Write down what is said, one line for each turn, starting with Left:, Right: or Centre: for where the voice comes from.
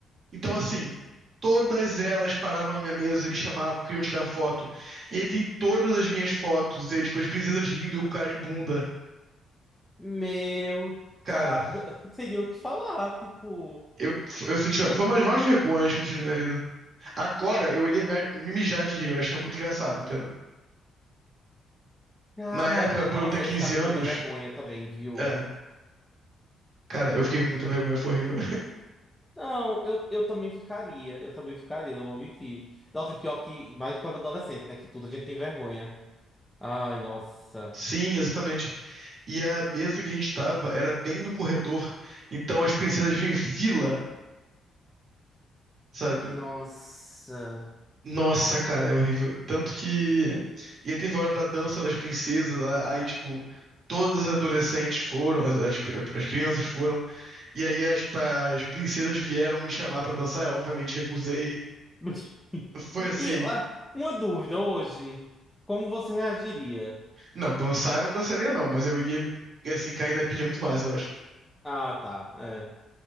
Right: Então, assim, todas elas paravam na minha mesa, me chamavam, queriam tirar foto. E aí tem todas as minhas fotos, e aí, tipo, as princesas rindo e o cara de bunda.
Centre: Meu,
Right: Cara,
Centre: cara. <laughs> Seria o que falar, tipo.
Right: eu, eu senti. Foi uma das maiores vergonhas que eu senti na minha vida. Agora, eu iria me me mijar de rir, eu ia achar muito engraçado, entendeu?
Centre: Cara,
Right: Na época, por
Centre: nossa,
Right: eu ter 15
Centre: eu ia ficar com
Right: anos,
Centre: muita vergonha também, viu?
Right: é. Cara, eu fiquei com muita vergonha, foi horrível.
Centre: Não, eu, eu também ficaria. Eu também ficaria, não vou mentir. Nossa, e pior que. Mais quando adolescente, né? Que tudo a gente tem vergonha. Ai, nossa.
Right: <laughs> Sim, exatamente. E a mesa que a gente tava era bem no corredor. Então as princesas vinham em fila, sabe?
Centre: Nossa.
Right: Nossa, cara, é horrível. Tanto que. E aí teve a hora da dança das princesas, lá, aí, tipo, todas as adolescentes foram, as, as, as crianças foram. E aí as, pa- as princesas vieram me chamar pra dançar, eu obviamente recusei.
Centre: <laughs>
Right: Foi assim.
Centre: E ah, uma dúvida hoje. Como você reagiria?
Right: Não, dançar eu não dançaria, não, mas eu iria, assim, cair na pilha muito mais, eu acho.
Centre: Ah, tá. é.